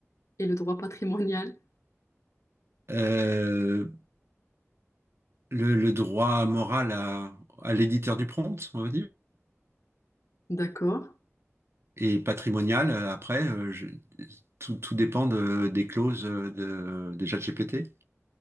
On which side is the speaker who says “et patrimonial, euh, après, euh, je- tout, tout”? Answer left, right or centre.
Right